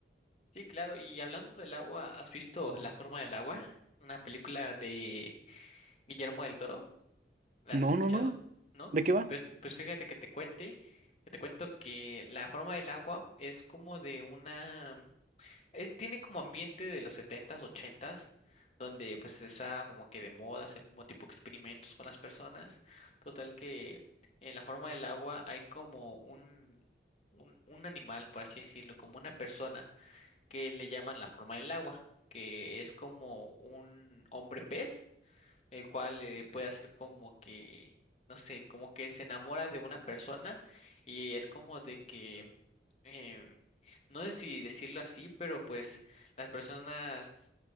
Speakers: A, on the left; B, on the right.
A: Sí, claro, y hablando del agua, ¿has visto La forma del agua? Una película de Guillermo del Toro, ¿la
B: No,
A: has escuchado?
B: no, no.
A: ¿No?
B: ¿De qué va?
A: Pues, pues fíjate que te cuente, que te cuento que La forma del agua es como de una Es, tiene como ambiente de los setentas ochentas donde pues está como que de moda hacer como tipo experimentos con las personas. Total que en la forma del agua hay como un, un, un animal, por así decirlo, como una persona que le llaman la forma del agua, que es como un hombre pez el cual eh, puede hacer como que, no sé, como que se enamora de una persona y es como de que, em, no sé si decirlo así, pero pues las personas